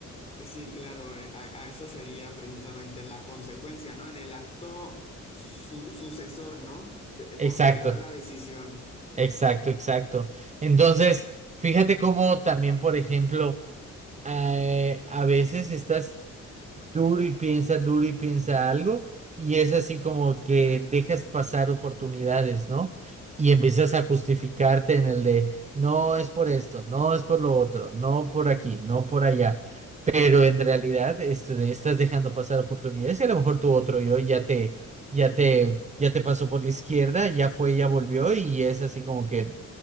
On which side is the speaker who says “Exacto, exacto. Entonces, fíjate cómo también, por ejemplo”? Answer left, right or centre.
Right